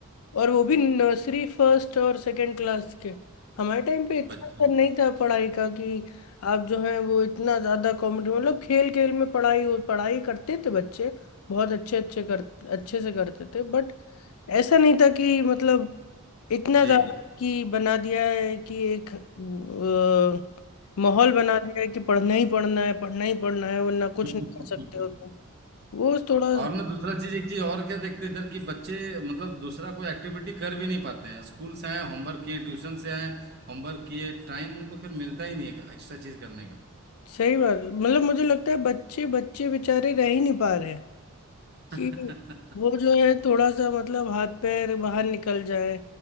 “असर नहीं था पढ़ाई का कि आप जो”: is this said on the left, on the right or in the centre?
Left